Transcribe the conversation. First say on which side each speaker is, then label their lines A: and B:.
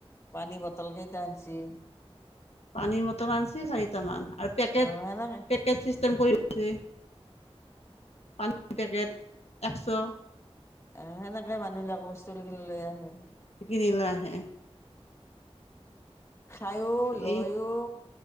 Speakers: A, on the left (about 25°); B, on the left (about 80°).
A: পানী বটল কেইটা আঞ্চি।
B: পানীৰ বটল আনিছে চাৰিটা মান আৰু পেকেট
A: অ সেনেকে
B: পেকেট চিচতেম কৰিছে। পানীৰ পেকেট একশ।
A: অ সেনেকে মানুহবিলাক বস্তু কি লৈ আহে।
B: কিনিল আহে।
A: খাইয়ো লয়ো
B: এই